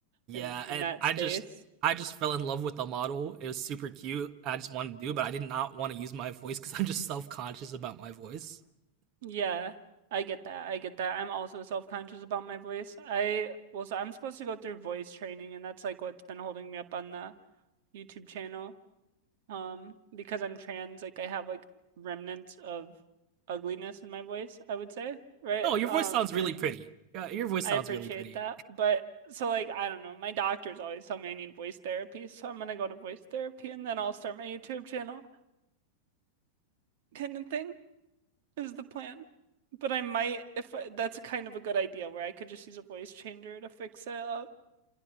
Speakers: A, on the right; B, on the right.
A: yeah,
B: in in
A: and
B: that
A: I
B: space.
A: just, I just fell in love with the model. It was super cute. I just wanted to do, it, but I did not want to use my voice because <laughs> I'm just self conscious about my voice.
B: Yeah, I get that. I get that. I'm also self-conscious about my voice. I well, so I'm supposed to go through voice training, and that's like what's been holding me up on the YouTube channel. Um, because I'm trans, like I have like remnants of ugliness in my voice, I would say, right?
A: Oh,
B: Um,
A: your voice sounds
B: and
A: really pretty. Yeah, your voice
B: I
A: sounds
B: appreciate
A: really pretty,
B: that. But so like I don't know, my doctors always tell me I need voice therapy, so I'm gonna go to voice therapy and then I'll start my YouTube channel kind of thing is the plan. But I might if I, that's kind of a good idea where I could just use a voice changer to fix it up